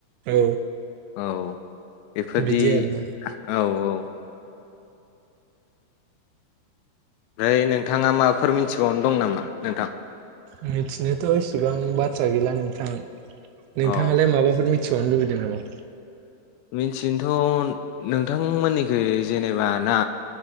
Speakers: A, on the right; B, on the left.
A: औ।
B: औ एफोरदि
A: बिदि आरोना
B: औ औ। फ्राय नोंथांङा माबाफोर मिथिबावनो दं नामा नोंथां?
A: मिथिनोथ इसिबां बाथ्रा गैला नोंथां नोंथांङालाय
B: अ
A: माबाफोर मि थिबावनो लुबैदों नामा?
B: मिथिनोथ नोंथांमोननिखै जेनेबा ना